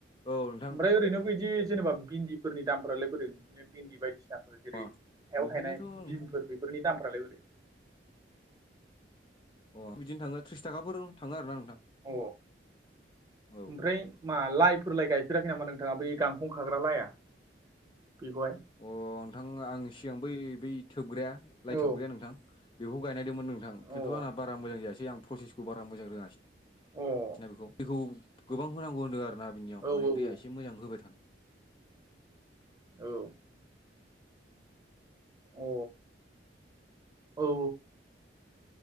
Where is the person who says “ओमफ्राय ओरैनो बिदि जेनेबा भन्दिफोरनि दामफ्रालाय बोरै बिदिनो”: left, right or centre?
Right